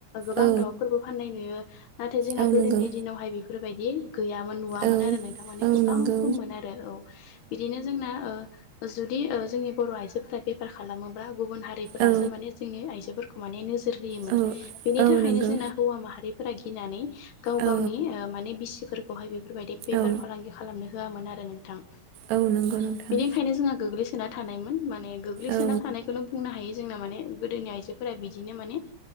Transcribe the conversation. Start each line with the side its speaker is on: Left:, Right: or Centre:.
Left: गोबां
Right: औ
Left: दाउफोरबो फाननाय नुयो नाथाय जोंना
Right: औ
Left: गोदोनि
Right: नंगौ
Left: दिनावहाय बे बेफोरबायदि गैयामोन नुवामोन
Right: औ
Left: आरो नोंथां माने
Right: औ
Left: गोबां
Right: नंगौ
Left: खममोन आरो औ बिदिनो जोंना जुदि जोंनि बर' आइजोफोरा बेफार खालामोब्ला गुबुन हारिफोरासो
Right: औ
Left: माने जोंनि आइजोफोरखौ माने नोजोर होयोमोन
Right: औ
Left: बेनि
Right: औ
Left: थाखायनो
Right: नंगौ
Left: जोंना हौवा माहारिफोरा गिनानै गाव
Right: औ
Left: गावनि माने बिसिफोरखौहाय बेफोरबायदि बेफार
Right: औ
Left: फालांगि खालामनो होआमोन आरो नोंथां
Right: औ नंगौ
Left: बेनिखायनो
Right: नोंथां
Left: जोंहा गोग्लैसोना थानायमोन माने गोग्लैसोना
Right: औ
Left: थानायखौनो बुंनो हायो जोंना माने गोदोनि आइजोफोरा बिदिनो माने